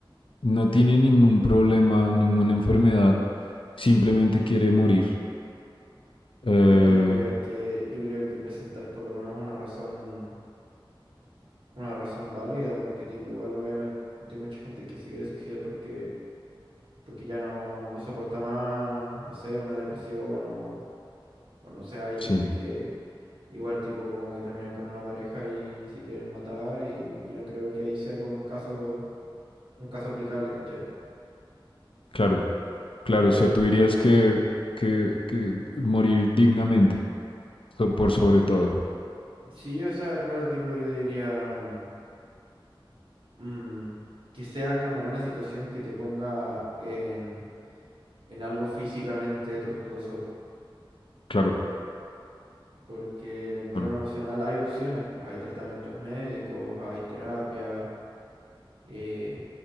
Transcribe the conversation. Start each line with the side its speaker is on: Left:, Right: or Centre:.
Left: no tiene ningún problema, ninguna enfermedad, simplemente quiere morir? Eh,
Right: Ahí tendría que, yo creo que presentar por lo menos una razón, una razón válida, porque tipo, igual obviamente hay mucha gente que se quiere suicidar porque, porque ya no, no soporta más, no sé, una depresión o, o no sé, hay
Left: sí,
Right: gente que igual tipo como que terminan con una pareja y se quieren matar y, y no creo que ahí sea como el caso, un caso aplicable, ¿cachai?
Left: claro. Claro,
Right: Pero
Left: o sea, tú dirías que, que, que morir dignamente, so- por sobre todo.
Right: sí, o sea, claro, tipo yo diría... mm, que sea como una situación que te ponga en, en algo físicamente tortuoso,
Left: Claro,
Right: porque en el tema
Left: claro.
Right: emocional hay opciones, pues hay tratamientos médicos, hay terapia, eh,